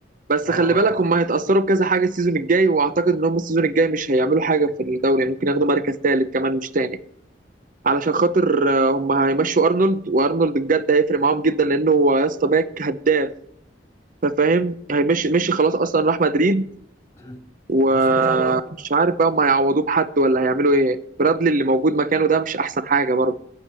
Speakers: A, on the right; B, on the left.
A: بس
B: اه
A: خلي بالك هم هيتاثروا بكذا حاجه السيزون الجاي واعتقد ان هم السيزون الجاي مش هيعملوا حاجه في الدوري يعني ممكن ياخدوا مركز ثالث كمان مش تاني علشان خاطر آه، هم هيمشوا ارنولد وارنولد بجد هيفرق معاهم جدا لانه هو يا اسطى باك هداف فاهم هيمشي مشي خلاص اصلا راح مدريد
B: <clears throat>
A: ومش
B: بس انا صعب
A: عارف بقى هم هيعوضوه بحد ولا هيعملوا ايه برادلي اللي موجود مكانه ده مش احسن حاجه برضه